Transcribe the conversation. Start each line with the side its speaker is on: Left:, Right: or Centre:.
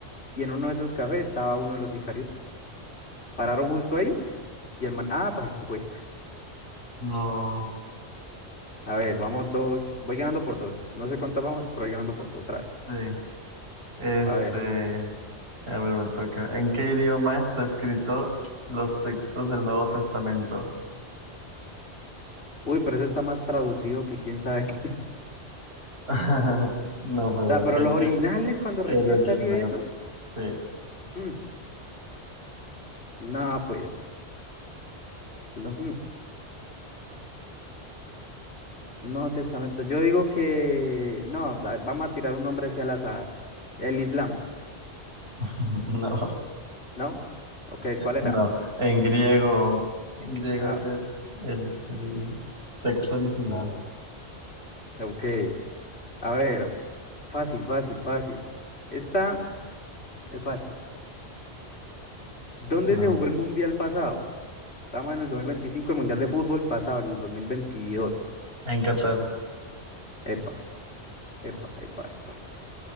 Left: y en uno de esos cafés estaba uno de los sicarios. Pararon justo ahí y el man, ah, pues aquí fue. <laughs>
Right: No,
Left: A ver, vamos dos, voy ganando por dos. No sé cuántas vamos, pero voy ganando por dos otra vez.
Right: sí. Este,
Left: A ver.
Right: a ver, me toca. ¿En qué idioma está escrito los textos del Nuevo Testamento?
Left: Uy, pero eso está más traducido que quién sabe qué.
Right: <laughs> No,
Left: <laughs>
Right: pero
Left: O sea, pero
Right: el,
Left: los originales
Right: el,
Left: cuando
Right: el
Left: recién
Right: original,
Left: salió eso.
Right: sí.
Left: mm, No, pues, lo- mm, no testamento. Yo digo que, no, la- vamos a tirar un nombre hacia al azar. El Islam,
Right: <laughs> No,
Left: ¿no? Ok, ¿cuál era?
Right: no. En griego, en griego
Left: Ah,
Right: es el, el, el texto original.
Left: ok, a ver, fácil, fácil, fácil. Esta es fácil. ¿Dónde
Right: No,
Left: se jugó el mundial pasado? Estamos en el 2025, el mundial de fútbol pasado, el 2022.
Right: en Qatar.
Left: Epa, epa, epa, epa, epa.